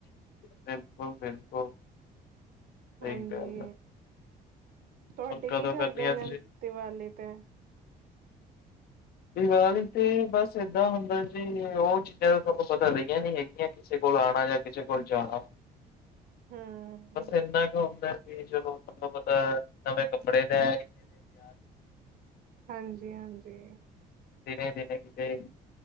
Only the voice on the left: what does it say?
ਬਿਲਕੁਲ ਬਿਲਕੁਲ ਸਹੀ
ਗੱਲ ਹੈ
ਹੁਣ ਕਦੋਂ
ਕਰਨੀ ਆ
ਤੁਸੀਂ
ਦੀਵਾਲੀ ਤੇ ਬਸ ਏਦਾਂ ਹੁੰਦਾ ਜੀ ਉਹ ਚੀਜ਼ਾਂ ਤੁਹਾਨੂੰ ਪਤਾ ਰਹੀਆਂ ਨੀ ਹੈਗੀਆਂ ਕਿਸੇ ਕੋਲ ਆਉਣਾ ਜਾਂ ਕਿਸੇ ਕੋਲ ਜਾਣਾ
ਬਸ ਇੰਨਾ ਕੁ ਹੁੰਦਾ ਵੀ ਜਦੋ ਤੁਤਾ ਪਤਾ ਨਵੇਂ ਕੱਪੜੇ ਲੈ ਆਦੇ ਨੇ ਤਰ
ਦਿਨੇ ਦਿਨੇ ਕਿਤੇ